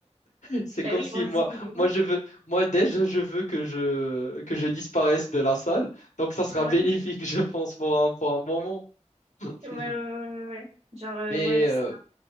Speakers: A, on the left (about 80°); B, on the right (about 60°).
A: <laughs> C'est
B: Bah
A: comme
B: oui,
A: si
B: mon
A: moi,
B: Dieu, il est
A: moi,
B: où?
A: je veux, moi déjà, je veux que je, que je disparaisse de la salle. Donc, ça sera
B: Ouais,
A: bénéfique, <laughs> je pense, pour un, pour un moment. <laughs>
B: ouais, ouais, ouais, ouais. ouais. ouais. Genre, euh,
A: Mais,
B: ouais, tu
A: euh,
B: seras...